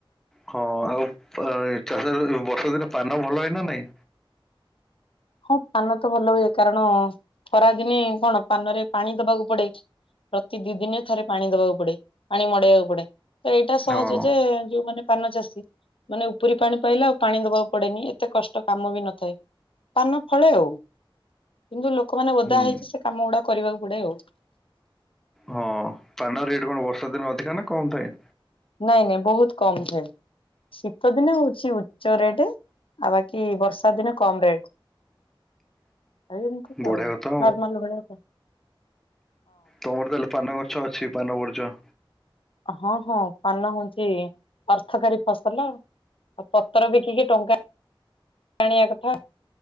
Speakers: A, in the centre; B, on the left.
A: ହଁ ଆଉ ଚାଷରେ ବର୍ଷାଦିନେ ପାନ ଭଲ ହଏ ନା ନାଇଁ?
B: ହଁ ପାନ ତ ଭଲ ହୁଏ, କାରଣ ଖରାଦିନେ କଣ ପାନରେ ପାଣି ଦବାକୁ ପଡେ ପ୍ରତି ଦି ଦିନେ ଥରେ ପାଣି ଦବାକୁ ପଡେ ପାଣି ମଡେଇବାକୁ ପଡେ। ତ ଏଇଟା ସହଜ
A: ହଁ
B: ଯେ ଯୋଉମାନେ ପାନ ଚାଷୀ ମାନେ ଉପରି ପାଣି ପାଇଲେ ଆଉ ପାଣି ଦବାକୁ ପଡେନି ଏତେ କଷ୍ଟ କାମ ବି ନଥାଏ। ପାନ ଫଳେ ଆଉ କିନ୍ତୁ ଲୋକମାନେ ଓଦା
A: ହୁଁ
B: ହେଇକ ସେ କାମ ଗୁଡା କରିବାକୁ ପଡେ ଆଉ।
A: ହଁ ପାନ ରେଟ୍ କଣ ବର୍ଷା ଦିନ ଅଧିକା ନା କମ୍ ଥାଏ?
B: ନାଇଁ ନାଇଁ ବହୁତ କମ ଥାଏ ଶୀତ ଦିନେ ହଉଛି ଓ ଚୋରେ ରେଟ୍ ଆଉ ବାକି ବର୍ଷା ଦିନ କମ୍ ରେଟ୍। ଆ ଏମିତି କା
A: ବଢିଆ
B: ଆଉ
A: କଥା
B: ନର୍ମଲ ଭଳିଆ ତ।
A: ତମର ତାହେଲେ ପାନ ଗଛ ଅଛି ପାନ ବର୍ଜ୍ୟ।
B: ହଁ ହଁ ପାନ ହୋଉଛି ଅର୍ଥକାରୀ ଫସଲ। ଆଉ ପତର ବିକି କି ଟଙ୍କା ଆଣିବା କଥା ଆଉ।